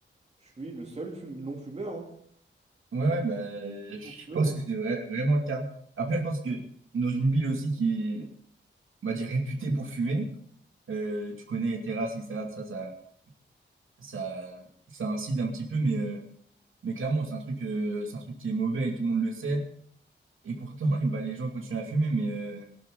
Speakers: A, on the right (about 30°); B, on the right (about 85°).
A: je suis le seul fume- non-fumeur. hein.
B: Ouais, ouais, bah, je
A: Fumeur.
B: pense que c'est vrai- vraiment le cas. Après, je pense que dans une ville aussi qui est, on va dire, réputée pour fumer, euh, tu connais les terrasses, etc. Ça, ça, ça, ça incite un petit peu, mais, euh, mais clairement, c'est un truc, euh, c'est un truc qui est mauvais et tout le monde le sait. Et pourtant, <laughs> et ben, les gens continuent à fumer, mais, euh,